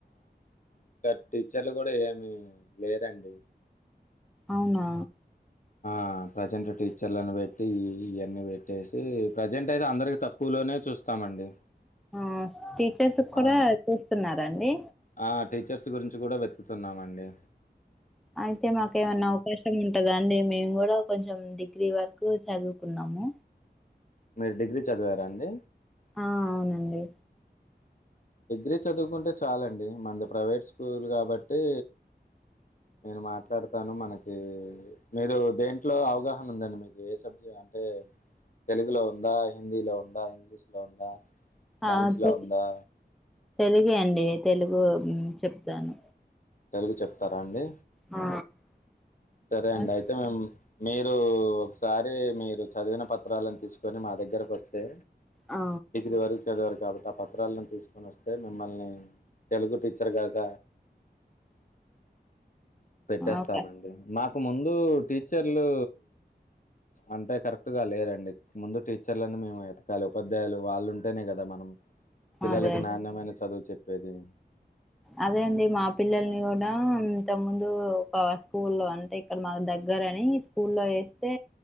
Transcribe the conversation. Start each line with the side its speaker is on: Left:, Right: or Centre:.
Left: ఇంకా టీచర్లు కూడా ఏమి లేదండి
Centre: అవునా
Left: ఆ ప్రజెంట్ టీచర్లను పెట్టి ఇవన్నీ పెట్టేసి ప్రజెంట్ అయితే అందరికి తప్పు స్కూలోనే చూస్తామండి
Centre: ఆ టీచర్స్ కూడా
Left: ఆ
Centre: చూస్తున్నారండి
Left: ఆ టీచర్స్ గురించి కూడా వెతుకుతున్నామండి
Centre: అయితే మాకు ఏమైనా
Left: ఆ
Centre: అవకాశం ఉంటదా అండి మేము కూడా కొంచెం డిగ్రీ వరకు చదువుకున్నాము
Left: మీరు డిగ్రీ చదివారండి
Centre: ఆ అవునండి
Left: డిగ్రీ చదువుకుంటే చాలండి మంది ప్రైవేట్ స్కూల్ కాబట్టి నేను మాట్లాడతాను మనకి మీరు దేంట్లో అవగాహన ఉందండి మీకు ఏ సబ్జెక్ట్ అంటే తెలుగులో ఉందా హిందీలో ఉందా ఇంగ్లీష్ లో ఉందా సైన్స్‌లో
Centre: ఆ తెల్
Left: ఉందా?
Centre: తెలుగే అండి తెలుగు చెప్తాను
Left: తెలుగు చెప్తారా అండి
Centre: ఆ
Left: సరే అండి
Centre: అంటే
Left: అయితే మేము మీరు ఒకసారి మీరు చదివిన పత్రాలను తీసుకొని మా దగ్గరకు వస్తే
Centre: ఆ
Left: డిగ్రీ వరకు చదివారు కాబట్టి ఆ పత్రాలను తీసుకొని వస్తే మిమ్మల్ని తెలుగు టీచర్ గాక పెట్టేస్తామండి
Centre: ఓకే
Left: నాకు ముందు టీచర్లు అంటే కరెక్ట్గా లేరండి ముందు టీచర్లని మేము వెతకాలే ఉపాధ్యాయులు వాళ్ళు ఉంటేనే కదా మనం పిల్లలకి
Centre: అదే అదే
Left: నాణ్యమైన చదువు చెప్పేది
Centre: అదే అండి మా పిల్లల్ని కూడా ఇంత ముందు ఒక స్కూల్లో అంటే ఇక్కడ మాకు దగ్గర అని స్కూల్లో వేస్తే